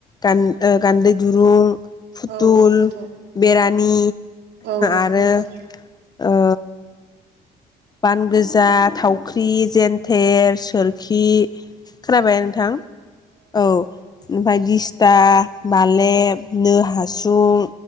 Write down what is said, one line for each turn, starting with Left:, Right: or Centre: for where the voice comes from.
Left: गान ओ गान्दै दुरुं फुथुल
Right: औ नंगौ नोंथां
Left: बेरा नि
Right: औ नंगौ
Left: आरो
Right: नोंथां
Left: ओ बान <unintelligible> थावख्रि जेन्थेर सोरखि खोनाबाय ना नोंथां औ ओमफ्राय दिस्था बालेब नो हासुं